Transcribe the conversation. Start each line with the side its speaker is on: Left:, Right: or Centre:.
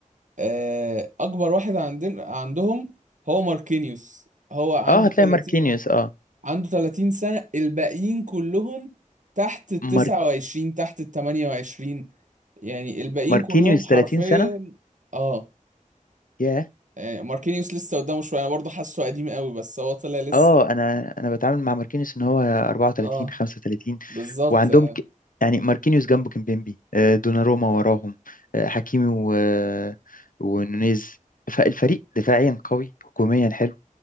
Right: آه، اكبر واحد عندنا عندهم هو ماركينيوس هو عنده
Left: اه هتلاقي
Right: 30
Left: ماركينيوس اه
Right: عنده 30 سنة الباقيين كلهم تحت ال 29
Left: مار...
Right: تحت ال 28 يعني الباقيين
Left: ماركينيوس
Right: كلهم حرفيا
Left: 30 سنة
Right: اه
Left: ياه
Right: يعني ماركينيوس لسه قدامه شويه انا برضه حاسه قديم قوي بس هو طلع لسه
Left: اه انا انا بتعامل مع ماركينيوس ان هو 34
Right: اه
Left: 35
Right: بالظبط
Left: وعندهم
Right: يعني
Left: ك... يعني ماركينيوس جنبه كيمبيمبي آه، دوناروما وراهم آه، حكيمي و... آه، ونونيز فالفريق دفاعيا قوي هجوميا حلو